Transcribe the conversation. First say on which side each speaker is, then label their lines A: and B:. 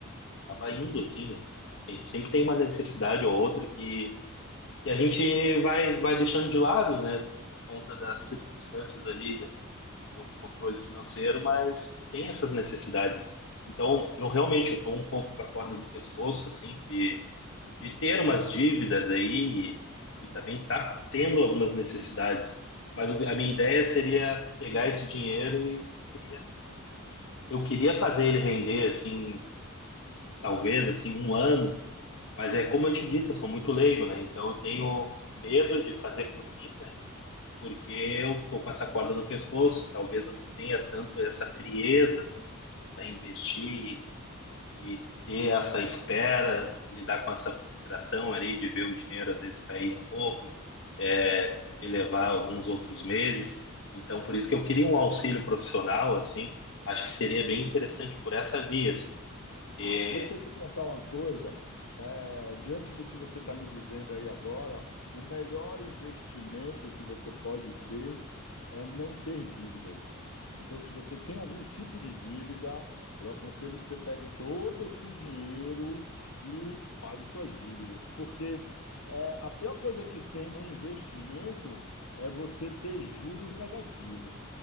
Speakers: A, on the left; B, on the left.
A: acaba indo, assim, né? A gente sempre tem uma necessidade ou outra que, que a gente vai, vai deixando de lado, né? Por conta das circunstâncias ali, né, de um controle financeiro, mas tem essas necessidades. Então, eu realmente, eu estou um pouco com a corda no pescoço, assim, que de ter umas dívidas aí e, e também tá tendo algumas necessidades. Mas o- a minha ideia seria pegar esse dinheiro e queria, eu queria fazer ele render assim, talvez assim um ano. Mas é como eu te disse, eu sou muito leigo, né? Então eu tenho medo de fazer por mim, né? Porque eu tô com essa corda no pescoço. Talvez eu não tenha tanto essa frieza assim para investir e ter essa espera, lidar com essa frustração ali de ver o dinheiro às vezes cair um pouco, é, elevar alguns outros meses. Então, por isso que eu queria um auxílio profissional, assim, acho que seria bem interessante por essa via, assim, porque,
B: Deixa eu te contar uma coisa. É, diante do que você está me dizendo aí agora, o melhor investimento que você pode ter é não ter dívidas. Então, se você tem algum tipo de dívida, eu aconselho que você pegue todo esse dinheiro e pague suas dívidas, porque é, a pior coisa que tem no investimento é você ter juros negativos.